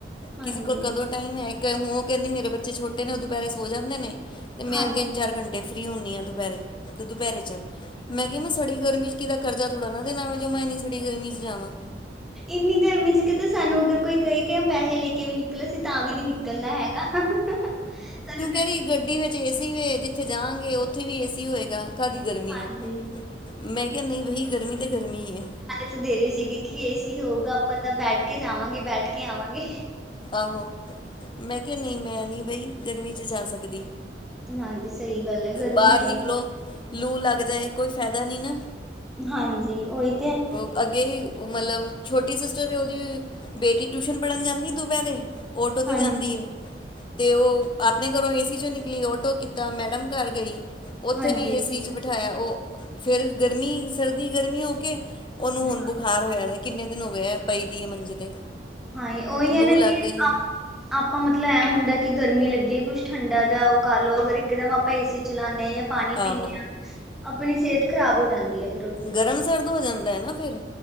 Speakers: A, in the centre; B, on the left.
A: ਹਾਂਜੀ
B: ਕਿਸੀ ਕੋਲ ਕਦੋਂ ਟਾਈਮ ਹੈ, ਇੱਕ ਹੂੰ ਓ ਕੈਂਦੀ ਮੇਰੇ ਬੱਚੇ ਛੋਟੇ ਨੇ ਦੁਪੈਰੇ ਸੌ ਜਾਂਦੇ ਨੇ, ਤੇ ਮੈਂ
A: ਹਾਂਜੀ
B: ਤਿੰਨ ਚਾਰ ਘੰਟੇ ਫ੍ਰੀ ਹੂਨੀ ਆਂ ਦੁਪੈਰੇ, ਤੇ ਦੁਪੈਰੇ ਚੱਲ। ਮੈਂ ਕੇਆ ਮੈਂ ਸੜੀ ਗਰਮੀ ਚ ਕਿਦਾ ਕਰਜਾ ਥੋੜਾ ਨਾ ਦੇਨਾ ਵੇ, ਜੋ ਮੈਂ ਇੰਨੀ ਸੜੀ ਗਰਮੀ ਚ ਜਾਵਾਂ।
A: ਇੰਨੀ ਗਰਮੀ ਚ ਕਿਤੇ ਸਾਨੂੰ ਅਗਰ ਕੋਈ ਕਏ ਕਿ ਆਂ ਪੈਹੇ ਲੈ ਕੇ ਵੀ ਨਿਕ ਨਿਕਲੋ ਅਸੀ ਤਾਂ ਵੀ ਨੀ ਨਿਕਲਨਾ ਹੈਗਾ, ਸਾਨੂੰ ਗ
B: ਕੈਰੀ ਗੱਡੀ ਵਿੱਚ ਏ ਸੀ ਵੇ, ਜਿੱਥੇ ਜਾਂਗੇ ਓਥੇ ਵੀ ਏ ਸੀ ਹੋਏਗਾ ਕਾਅ ਦੀ ਗਰਮੀ
A: ਹਾਂਜੀ
B: ਏ, ਮੈਂ ਕੇਆ ਨਈ ਬਈ ਗਰਮੀ ਤੇ ਗਰਮੀ ਏ।
A: ਚ ਦੇਰੇ ਸੀਗੀ ਕਿ ਏ ਸੀ ਹੋਊਗਾ ਆਪਾਂ ਤਾਂ ਬੈਠ ਕੇ ਜਾਵਾਂਗੇ ਬੈਠ ਕੇ ਆਵਾਂਗੇ।
B: ਆਹੋ, ਮੈਂ ਕੇਆ ਨਈ ਮੈਂ ਨਈ ਬਈ ਗਰਮੀ ਚ ਜਾਂ ਸਕਦੀ।
A: ਹਾਂਜੀ, ਸਈ ਗਾੱਲ ਐ ਗਰਮੀ
B: ਬਾਹਰ
A: ਹੈ
B: ਨਿਕਲੋ
A: ਈ
B: ਲੂ ਲਾੱਗ ਜਾਏ ਕੋਈ ਫੈਦਾ ਨੀ ਨਾਂ।
A: ਹਾਂਜੀ, ਓਈ
B: ਓ ਅੱਗੇ ਵੀ ਮਲਬ ਛੋਟੀ ਸਿਸਟਰ ਏ, ਓਦੀ ਬੇਟੀ ਟਿਊਸ਼ਨ ਪੜਨ ਜਾਂਦੀ ਏ ਦੁਪੈਰੇ ਔਟੋ ਤੇ
A: ਹਾਂਜੀ
B: ਜਾਂਦੀ ਏ। ਤੇ ਓ ਆਪਣੇ ਘਰੋਂ ਏ ਸੀ ਚੋਂ ਨਿਕਲੀ, ਔਟੋ ਕੀਤਾ ਮੈੜਮ ਘਾਰ ਗਈ, ਓਥੇ
A: ਹਾਂਜੀ
B: ਵੀ ਏ ਸੀ ਚ ਬਠਾਏਆ ਓ ਫੇਰ ਗਰਮੀ, ਸਰਦੀ, ਗਰਮੀ ਹੋ ਕੇ ਓਨੂੰ
A: ਹਾਂ
B: ਹੁਨ ਬੁਖਾਰ ਹੋਏਐ ਦੈ, ਕਿੰਨੇ ਦਿਨ ਹੋ ਗਏ ਐ ਪਈ ਦੀ ਏ ਮੰਜੇ ਤੇ।
A: ਹਾਂਈ, ਓਈ
B: ਲੂ
A: ਐ ਨਾ
B: ਲੱਗ
A: ਕਿ
B: ਗਈ
A: ਆਪ ਆਪਾਂ ਮਤਲ ਐਂ ਹੁੰਦੈ ਕਿ ਗਰਮੀ ਲੱਗੀ ਏ ਕੁੱਛ ਠੰਡਾ ਜਾ ਓ ਕਾਰ ਲੋ, ਅਗਰ ਇੱਕਦਮ ਅਪਾਂ ਏ ਸੀ ਚਲਾਨੇ ਆ ਯਾ ਪਾਣੀ ਪੀਨੇ
B: ਆਹੋ
A: ਆ, ਅਪਣੀ ਸੇਤ ਖਰਾਬ ਹੋ ਜਾਂਦੀ ਏ।
B: ਗਰਮ ਸਰਦ ਹੋ ਜਾਂਦੈ ਨਾ ਫੇਰ।